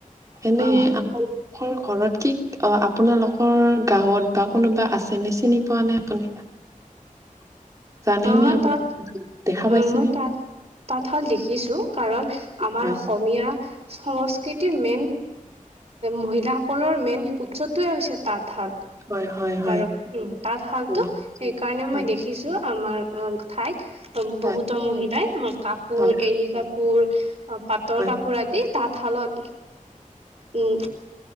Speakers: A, on the right; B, on the right.
A: এনেই
B: অ হয়
A: আপোনালোকৰ ঘৰত কি অ', আপোনালোকৰ গাঁৱত বা কোনোবা আছেনে চিনি পোৱা নে আপুনি? জানেনে
B: অ', মই
A: আপোনালোকে
B: তাত,
A: দেখা পাইছেনে?
B: অ', মই তাত-তাঁতশাল দেখিছোঁ, কাৰণ আমাৰ
A: হয়।
B: অসমীয়া সংস্কৃতিৰ মেইন, মহিলাসকলৰ মেইন উৎসটোৱে হৈছে তাঁতশাল।
A: হয়, হয়, হয়।
B: কাৰণ, উম, তাঁতশালটো
A: হয়,
B: সেইকাৰণে
A: হয়,
B: মই দেখি দেখিছোঁ, আমাৰ অ' ঠাইত, বহুতো
A: হয়,
B: মহিলাই কাপোৰ
A: হয়,
B: এড়ী কাপোৰ অ' পাটৰ
A: হয়।
B: কাপোৰ আদি, তাঁতশালত উ-উম